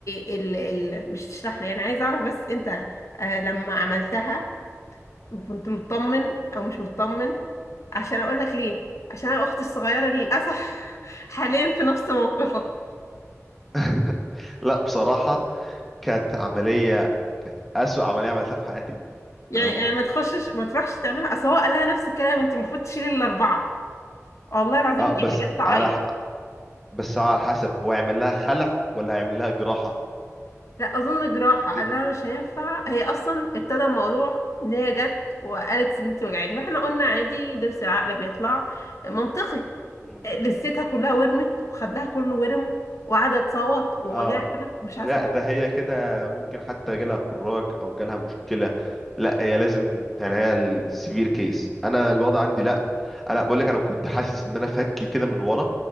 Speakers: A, on the left (about 65°); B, in the centre.
A: آه، ال ال مش تشرح لي انا عايز اعرف بس انت آه، لما عملتها كنت مطمن او مش مطمن عشان اقول لك ليه عشان انا اختي الصغيره للاسف <laughs> حاليا في نفس موقفك
B: <laughs> لا بصراحه كانت عمليه كانت اسوأ عمليه عملتها في حياتي
A: يعني
B: تمام
A: يعني ما تخشش ما تروحش تعملها اصل هو قال لها نفس الكلام انت المفروض تشيلي الاربعه والله العظيم
B: اه
A: يعني
B: بس
A: جت تعيط
B: على ح- بس على حسب هو هيعمل لها خلع ولا هيعمل لها جراحه
A: لا اظن جراحه
B: دي
A: قال لها مش هينفع هي اصلا ابتدى الموضوع ان هي جت وقالت سنتي وجعاني واحنا قلنا عادي ضرس العقل بيطلع منطقي
B: مم.
A: لستها كلها ورمت وخدها كله ورم وقعدت تصوت ووجعها
B: اه
A: ومش
B: لا
A: عارفه
B: ده هي كده ممكن حتى جالها خراج او جالها مشكله لا هي لازم يعني هي السيفير كيس انا الوضع عندي لا انا بقول لك انا كنت حاسس ان انا فكي كده من ورا